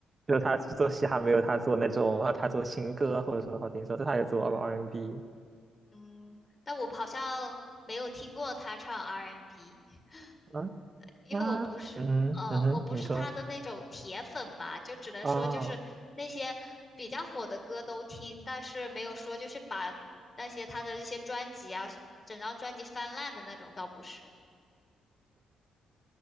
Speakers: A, on the right; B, on the left.
A: 就是他做嘻哈没有他做那种，呃他做情歌或者说好听说，但他也做 R&B
B: 嗯，但我好像没有听过他唱 R&B n。
A: 啊。
B: 因为我不是，
A: 那嗯嗯哼，
B: 呃，我不是他的那种铁粉吧，
A: 你说
B: 就只能说就是那些比较火的歌都听，
A: 啊，
B: 但是没有说就是把那些他的一些专辑啊，整张专辑翻烂的那种倒不是。